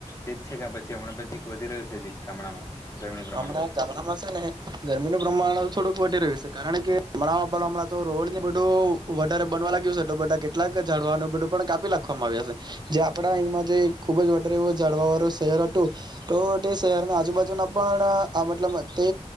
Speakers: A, on the left; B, on the right.
A: તેજ છે કે પછી હમણાં પછીક વધી રહ્યું છે જીક ગામડામાં? ગરમીનું પ્રમાણમાં
B: હમણાં ગામડામાં છે ને ગરમીનું પ્રમાણ થોડુંક વધી રહ્યું છે કારણ કે ગામડાં પણ હમણાં તો રોડ ને બધું વધારે બનવા લાગ્યું છે તો બધા કેટલાક ઝાડવાનું બધું પણ કાપી નાખવામાં આવ્યા છે જે આપડા અહીંમાં જે ખુબ જ વધારે એવું ઝાડવા વાળું શહેર હતું તો તે શહેરને આજુબાજુના પણ આ મતલબ તે